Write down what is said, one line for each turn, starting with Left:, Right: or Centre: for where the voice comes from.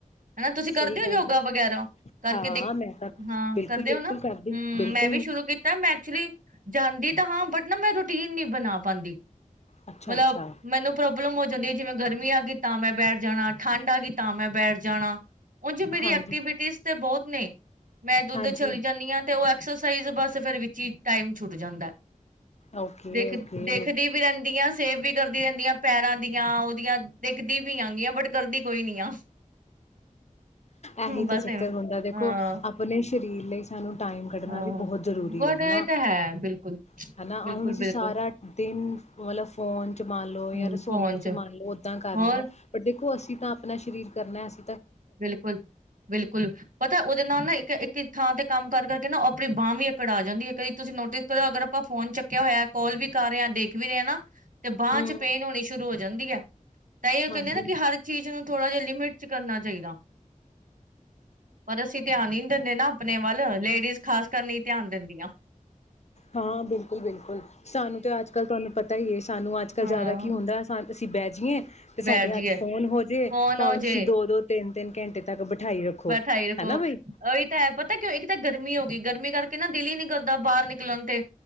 Right: ਨਾ ਤੁਸੀਂ ਕਰਦੇ
Left: ਸਹੀ
Right: ਹੋ
Left: ਗੱਲ
Right: ਯੋਗਾ
Left: ਹੈ
Right: ਵਗੈਰਾ ਕਰਕੇ
Left: ਹਾਂ
Right: ਦੇਖ
Left: ਮੈਂ ਤਾਂ
Right: ਹਾਂ
Left: ਬਿਲਕੁਲ
Right: ਕਰਦੇ
Left: ਬਿਲਕੁਲ
Right: ਹੋ ਨਾ
Left: ਕਰਦੀ
Right: ਹਮ
Left: ਬਿਲਕੁਲ
Right: ਮੈਂ ਵੀ ਸ਼ੁਰੂ ਕੀਤਾ ਮੈਂ ਐਕਚੁਲੀ ਜਾਕੇ ਹਾਂ ਬਟਨਾ ਮੈਂ ਰ ਤੀਨ ਨਹੀਂ ਬਣਾ ਪਾਉਂਦੀ
Left: ਅੱਛਾ
Right: ਮਤਲਬ
Left: ਅੱਛਾ
Right: ਮੈਨੂੰ ਪ੍ਰ ਪ੍ਰੋਬਲਮ ਹੋ ਜਾਂਦੀ ਹੈ, ਜਿਵੇਂ ਗਰਮੀ ਆ ਗਈ ਤਾਂ ਮੈਂ ਬੈਠ ਜਾਣਾ, ਠੰਡ ਆ ਗਈ ਤਾਂ ਮੈਂ ਬੈਠ ਜਾਣਾ। ਉਝ ਮੇਰੀ
Left: ਹਾਂਜੀ
Right: ਐਕਟੀਵਿਟੀਜ ਤੇ ਬਹੁਤ ਨੇ, ਮੈਂ ਦੁੱਧ
Left: ਹਾਂਜੀ
Right: ਚਲੀ ਜਾਂਦੀ ਹਾਂ ਤੇ ਉਹ ਐਕਸਰਸਾਈਜ਼ ਬਸ ਸਫ਼ਰ ਵਿੱਚ ਹੀ ਟਾਈਮ ਛੁੱਟ ਜਾਂਦਾ।
Left: ਓਕੇ
Right: ਦੇਖ,
Left: ਓਕੇ
Right: ਦੇਖਦੀ ਵੀ ਰਹਿੰਦੀ ਆ ਸੇਵ ਵੀ ਕਰਦੀ ਰਹਿੰਦੀਆਂ ਪੈਰਾਂ ਦੀਆਂ, ਉਹਦੀਆਂ ਦਿਖਦੀ ਵੀ ਆਂ ਗਆਂ ਬਟ ਕਰਦੀ ਕੋਈ ਨੀ ਆ।
Left: ਏਹੀ
Right: ਹੂੰ ਬਸ
Left: ਤਾਂ ਚੱਕਰ
Right: ਐਵੇਂ
Left: ਹੁੰਦਾ ਦੇਖੋ
Right: ਹਾਂ
Left: ਆਪਣੇ ਸਰੀਰ ਲਈ ਸਾਨੂੰ ਟਾਈਮ ਕੱਢਣਾ
Right: ਹਾਂ
Left: ਵੀ ਬਹੁਤ ਜ਼ਰੂਰੀ
Right: ਗੁਡ
Left: ਹੈ ਹੇਨਾ-ਹੇਨਾ
Right: ਇਹ ਤਾਂ ਹੈ ਬਿਲਕੁਲ ਬਿਲਕੁਲ
Left: ਹੁਣ ਅਸੀਂ
Right: ਬਿਲਕੁਲ
Left: ਸਾਰਾ ਦਿਨ ਮਤਲਬ ਫੋਨ ਚ ਮੰਨ ਲਓ
Right: ਹੂੰ
Left: ਜਾਂ ਰਸੋਈਆਂ
Right: ਫੋਨ
Left: ਚ ਮੰਨ ਲਓ ਓਦਾਂ ਕਰ
Right: ਹੋਰ
Left: ਲਈਏ ਪਰ ਦੇਖੋ ਅਸੀਂ ਤਾਂ ਆਪਣਾ ਸ਼ਰੀਰ ਕਰਨਾ ਹੈ ਅਸੀ
Right: ਬਿਲਕੁਲ-ਬਿਲਕੁਲ ਪਤਾ ਉਹਦੇ ਨਾਲ ਨਾ ਇੱਕ-ਇੱਕ ਥਾਂ ਤੇ ਕੰਮ ਕਰ-ਕਰ ਕੇ ਨਾ, ਉਹ ਆਪਣੀ ਬਾਂਹ ਵੀ ਅਕੜ ਆ ਜਾਂਦੀ ਹੈ। ਕਦੀ ਤੁਸੀਂ ਨੋਟਿਸ ਕਰਓ ਅਗਰ ਆਪਾਂ ਫੋਨ ਚੁੱਕਿਆ ਹੋਇਆ, ਕਾਲ ਵੀ ਕਰ ਰਹੇ ਹਾਂ ਦੇਖ ਵੀ ਰਹੇ ਹਾਂ ਨਾ। ਤੇ ਬਾਂਹ
Left: ਹਮ
Right: ਚ ਪੇਨ ਹੋਣੀ ਸ਼ੁਰੂ ਹੋ ਜਾਂਦੀ ਹੈ। ਤਾਂ ਇਹ
Left: ਹਾਂਜੀ
Right: ਕਹਿੰਦੇ ਨਾ ਕਿ ਹਰ ਚੀਜ਼ ਨੂੰ ਥੋੜ੍ਹਾ ਜਿਹਾ ਮਿਕਸ ਕਰਨਾ ਚਾਹੀਦਾ ਪਰ ਅਸੀਂ ਧਿਆਨ ਹੀ ਨਹੀਂ ਦਿੰਦੇ ਨਾ ਆਪਣੇ ਵੱਲ ਲੇਡੀਜ਼ ਖਾਸ ਕਰ ਨਹੀਂ ਧਿਆਨ ਦਿੰਦੀਆਂ।
Left: ਹਾਂ ਬਿਲਕੁਲ-ਬਿਲਕੁਲ, ਸਾਨੂੰ ਤੇ ਅੱਜ ਕੱਲ੍ਹ ਤੁਹਾਨੂੰ ਪਤਾ ਤਾਂ ਹੀ ਇਹ। ਸਾਨੂੰ ਅੱਜ ਕੱਲ੍ਹ
Right: ਹਾਂ
Left: ਜ਼ਿਆਦਾ ਕੀ ਹੁੰਦਾ ਸਾਨੂੰ ਅਸੀਂ ਬੈਜੀਏ! ਤੇ
Right: ਬੈਠ
Left: ਸਾਡੇ
Right: ਜਈਏ
Left: ਹੱਥ ਫੋਨ ਹੋਜੇ
Right: ਕੌਣ
Left: ਭਾਵੇਂ
Right: ਹੋ ਜੇ
Left: ਤੁਸੀਂ ਦੋ-ਦੋ ਤਿੰਨ-ਤਿੰਨ ਘੰਟੇ ਤੱਕ ਬਿਠਾਈ ਰੱਖੋ,
Right: ਬੈਠਾਈ ਰੱਖੋ
Left: ਹਨਾ ਬਾਈ।
Right: ਉਹੀ ਤਾਂ ਹੈ ਪਤਾ ਕਿਉਂ ਇੱਕ ਤਾਂ ਗਰਮੀ ਹੋ ਗਰਮੀ ਕਰਕੇ ਨਾ ਦਿਲ ਹੀ ਨਹੀਂ ਕਰਦਾ ਬਾਹਰ ਨਿਕਲਣ ਤੇ।